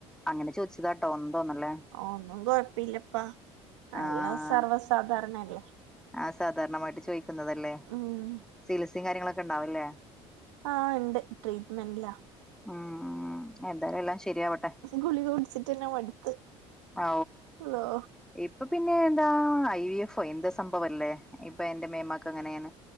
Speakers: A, in the centre; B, on the right (about 85°).
A: അങ്ങനെെച്ചതട്ട ട്ട ഒന്തോന്നല്ലേ
B: ഒന്നും കൊഴപ്പില്ലപ്പാ
A: ആഹ!
B: എല്ലാം സർവ്വസാധാരണല്ലേ
A: ആ സാധാരണമായിട്ട് ചോയിിക്കുന്നതല്ലേ
B: ഉം
A: സീൽസും കാര്യങ്ങളൊക്കെ ഉണ്ടാവല്ലേ
B: ആഹ! ഉണ്ട് ട്രീറ്റ്മെന്റ്ല്ല
A: ഉം എന്തായാലും എല്ലാം ശരിയാവട്ടെ
B: ഗുളിക കുടിച്ചിട്ട് തന്നെ മടുത്ത്
A: ഓ
B: അള്ളോ
A: ഇപ്പ പിന്നെ പിന്നെ എന്താ ഐ വി എഫോ എന്താ സംഭവല്ലേ ഇപ്പൊ എറെ മേമാക്ക് എങ്ങനെയാണ്